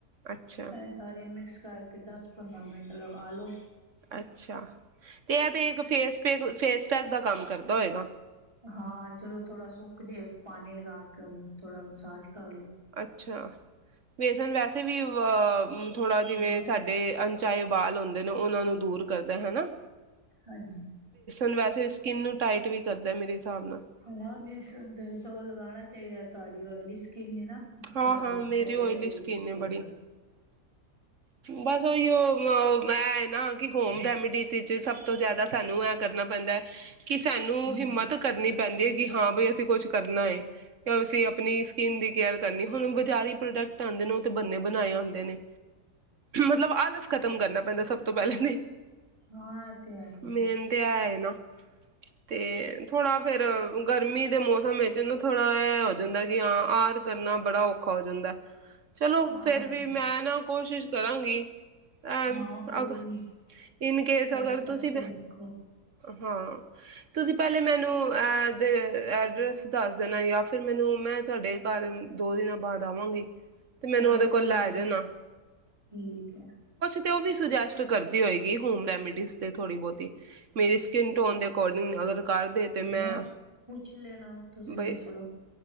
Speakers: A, on the right; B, on the right.
A: ਅੱਛਾ
B: ਇਹ ਸਾਰੇ ਮਿਕਸ ਕਰਕੇ ਦੱਸ ਪੰਦਰਾਂ ਮਿੰਟ ਲਗਾ ਲਓ।
A: ਅੱਛਾ ਤੇ ਆਹ ਦੇਖ ਫੇਸ ਫੇਸ ਫੇਸ ਪੈਕ ਦਾ ਕੰਮ ਕਰਦਾ ਹੋਏਗਾ
B: ਹਾਂ ਜਦੋਂ ਥੋੜਾ ਸੁਕਜੇ ਪ ਕਮੀ ਥੋੜਾ ਮਸਾਜ ਕਰ ਲੋ
A: ਅੱਛਾ <unintelligible> ਵੈਸੇ ਵੀ ਆ ਥੋੜਾ ਜਿਵੇਂ
B: ਹਾਂ
A: ਸਾਡੇ ਅਣਚਾਹੇ ਵਾਲ ਹੁੰਦੇ ਨੇ ਉਹਨਾਂ ਨੂੰ ਦੂਰ ਕਰਦਾ ਹਨਾ।
B: ਹਾਂਜੀ,
A: ਨ ਵੈਸੇ ਸਕਿਨ ਨੂੰ ਟਾਈਟ ਵੀ ਕਰਦਾ ਮੇਰੇ ਹਿਸਾਬ ਨਾਲ
B: ਹਾਂ ਬੇਸਨ ਤਾਂ ਸਗੋਂ ਲਗਾਨਾਂ ਚਾਹੀਦਾ। ਤੁਹਾਡੀ ਔਇਲੀ ਸਕਿਨ ਏ ਨਾ।
A: ਹਾਂ
B: ਥੋੜਾ
A: ਹਾਂ
B: ਡਰਾਈ
A: ਮੇਰੀ ਓਇਲੀ
B: ਹੋਜੈਗੀ
A: ਸਕਿੰਨ
B: ਫੇਸ
A: ਹੈ ਬੜੀ ਬਸ ਉਹੀ ਐ ਮੈਂ ਨਾ ਕਿ ਹੋਮ ਰੇਮੇਡੀ ਵਿੱਚ ਸਭ ਤੋਂ ਜਿਆਦਾ ਸਾਨੂੰ ਐ ਕਰਨਾ ਪੈਂਦਾ ਕਿ ਸਾਨੂੰ
B: ਹਾਂ
A: ਹਿੰਮਤ ਕਰਨੀ ਪੈਂਦੀ ਐ ਕੀ ਹਾਂ ਬਈ ਅਸੀਂ ਕੁਛ ਕਰਨਾ ਐ। ਅਸੀਂ ਆਪਣੀ ਸਕਿਨ ਦੀ ਕੇਅਰ ਕਰਨੀ ਹੁਣ ਬਜ਼ਾਰੀ ਪ੍ਰੋਡਕਟ ਆਉਂਦੇ ਨੇ ਉਹ ਤੇ ਬੰਨੇ ਬਣਾਏ ਆਉਂਦੇ ਨੇ ਮਤਲਬ ਆਲਸ ਖਤਮ ਕਰਨਾ ਪੈਂਦਾ ਸਭ ਤੋਂ ਪਹਿਲੇ ਤੇ,
B: ਹਾਂ ਏ ਤੇ ਹੈ ਹੀ
A: ਮੇਨ
B: ਐ।
A: ਤੇ ਐ ਏ ਨਾ। ਤੇ ਥੋੜਾ ਫਿਰ ਗਰਮੀ ਤੇ ਮੌਸਮ ਵਿਚ ਨੂੰ ਥੋੜਾ ਐ ਹੋ ਜਾਂਦਾ ਕਿ ਹਾਂ ਆਹ ਕਰਨਾ ਬੜਾ ਔਖਾ ਹੋ ਜਾਂਦਾ। ਚਲੋ
B: ਹਾਂ
A: ਫਿਰ
B: ਇਹ
A: ਵੀ
B: ਤੇ ਹੈ
A: ਮੈਂ ਨਾ ਚੀਜ ਕਰਾਂਗੀ ਐ
B: ਹਾਂ ਕੋਈ
A: ਅਬ
B: ਨੀ
A: ਇਨ ਕੇਸ
B: ਟਰਾਈ
A: ਅਗਰ
B: ਕਰਕੇ
A: ਤੁਸੀਂ
B: ਵੇਖੋ
A: ਹਾਂ ਤੁਸੀਂ ਪਹਿਲੇ ਮੈਨੂੰ ਅ ਐਡਰੈੱਸ ਦੇਣਾ ਜਾਂ ਫਿਰ ਮੈਨੂੰ ਮੈਂ ਤੁਹਾਡੇ ਬਾਰੇ ਦੋ ਦਿਨਾਂ ਬਾਅਦ ਆਵਾਂਗੀ। ਤੇ ਮੈਨੂੰ
B: ਹਾਂ
A: ਉਹਦੇ
B: ਕੋਈ
A: ਕੋਲ ਲੇਜੋ
B: ਨੀ
A: ਨਾ।
B: ਠੀਕ ਐ।
A: ਤੇ ਉਹ ਵੀ ਸੁੱਜੇਸਟ ਕਰਦੀ ਹੋਏਗੀ ਹੋਮ ਰੈਮੇਡੀਸ ਤੇ ਥੋੜੀ ਬਹੁਤੀ ਮੇਰੀ ਸਕਿਨ ਟੋਨ ਦੇ ਅਕੋਰਡਿੰਗ ਅਗਰ ਕਰਦੇ ਤੇ ਮੈਂ
B: ਹਾਂ, ਪੁੱਛ ਲੈਣਾ ਤੁਸੀਂ
A: ਬਈ
B: ਔਦੇ ਕੋਲੋਂ।